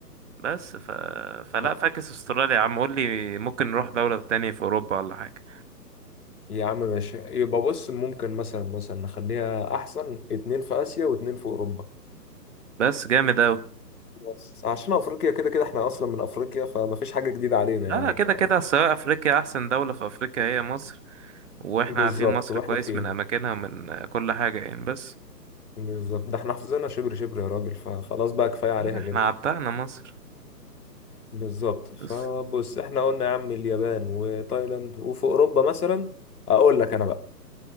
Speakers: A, on the right; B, on the left.
A: بس ف... فلا
B: لا،
A: فاكس استراليا يا عم قول لي ممكن نروح دولة تانية في اوروبا ولا حاجة
B: يا عم ماشي يبقى بص ممكن مثلا مثلا نخليها احسن اتنين في اسيا واتنين في اوروبا
A: بس جامد قوي
B: بس عشان افريقيا كده كده احنا اصلا من افريقيا فما فيش حاجة جديدة علينا
A: لا
B: يعني
A: لا كده
B: ما-
A: كده سواء افريقيا احسن دولة في افريقيا هي مصر واحنا
B: بالظبط
A: عارفين مصر
B: واحنا
A: كويس
B: فيها
A: من اماكنها ومن كل حاجة يعني بس
B: بالظبط ده احنا حافظينها شبر شبر يا راجل فخلاص بقى كفاية عليها
A: لا لا احنا
B: كده
A: عتقنا مصر
B: بالظبط فبص
A: بس
B: احنا قلنا يا عم اليابان وتايلاند وفي اوروبا مثلا اقول لك انا بقى